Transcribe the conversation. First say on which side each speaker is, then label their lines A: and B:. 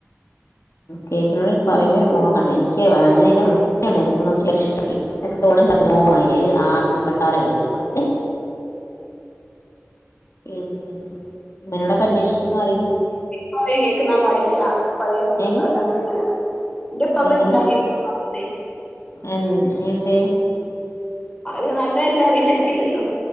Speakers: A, on the left (about 80°); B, on the left (about 20°).
A: കേക്കിനോട്
B: ഉം
A: പറയുമ്പോ ഒരു മോഹാണ് എനിക്ക് വോന അണ് എനിക്കഷ്ട്ടായി എത്രത്തോളം എത്ര തോ ഒരു ആറത്തി പണ്ടാറ കേക്കിനോട് പിന്ന ഇമ്മനോടൊക്കെ അന്വേഷിച്ചന്ന് പറയ്
B: കുറെ കേക്ക് തിന്നാൻ പാടില്ല പഴയ കൂട്ടുണ്ടാക്കാൻ
A: ഏ
B: അങ്ങനെ ഇങ്ങന എന്റെപ്പക്ക്‌
A: എങ്ങനെ
B: പറ്റില്ല കേക്ക് പറ്റില്ല
A: എൻ എന്തേ?
B: അത് നല്ലതല്ല <unintelligible> ഹെൽത്തില്ലല്ലോ